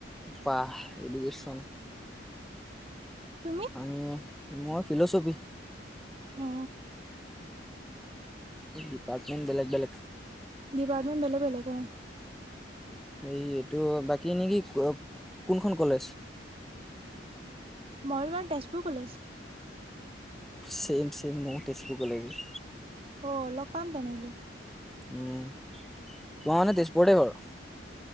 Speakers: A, in the centre; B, on the right.
A: বাহ এডুকেশ্বন
B: তুমি
A: আমি মই ফিলচফি
B: অ
A: ডিপাৰ্টমেণ্ট বেলেগ বেলেগ
B: ডিপাৰ্টমেণ্ট বেলেগ বেলেগ অ
A: এই এইটো বাকী নেকি ক কোনখন কলেজ
B: মই তোমাৰ তেজপুৰ কলেজ
A: চেম চেম মও তেজপুৰ কলেজে
B: অ লগ পাম তেনেহলে
A: উম তোমাৰ মানে তেজপুৰতে ঘৰ